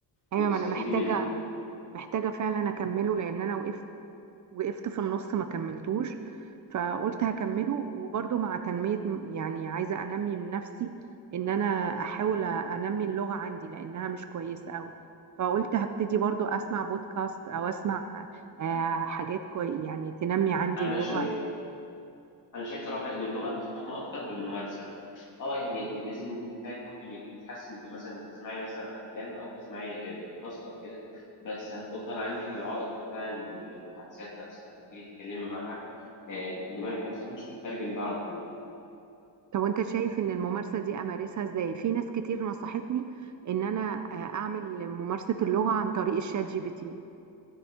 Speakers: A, on the right; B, on the left.
A: ايوه
B: وتستفيدي
A: ما انا محتاجه
B: منها بال-
A: محتاجه فعلا اكمله لان انا وقفت وقفت في النص ما كملتوش فقلت هكمله وبرضه مع تنميه يعني عايزه انمي من نفسي ان انا احاول انمي اللغه عندي لانها مش كويسه قوي فقلت هبتدي برضه اسمع بودكاست او اسمع آه، حاجات كوي يعني تنمي عندي
B: انا
A: اللغه
B: شايف انا شايف صراحه ان اللغه بتتنمى اكتر بالممارسه اه يعني انت الليسننج بتاعك ممكن يتحسن بمثلا انك تسمعي مثلا افلام او تسمعي بودكاست او كده بس هتفضل عندك العائق بتاع المحادثات نفسها لما تيجي تتكلمي مع حد آه، دماغك نفسها مش بتترجم ده على طول
A: طب وانت شايف ان الممارسه دي امارسها ازاي في ناس كتير نصحتني ان انا آه، اعمل ممارسه اللغه عن طريق الشات جي بي تي